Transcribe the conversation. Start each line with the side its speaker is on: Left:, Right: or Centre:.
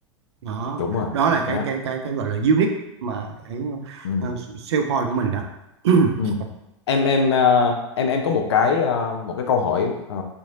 Right: đó
Left: đúng rồi
Right: đó
Left: chính
Right: là
Left: xác
Right: cái cái cái cái gọi là unique mà cái uh,
Left: ừ
Right: sale point của mình đó <clears throat>
Left: Ừ. Em em ờ, em em có một cái ờ, một cái câu hỏi ờ,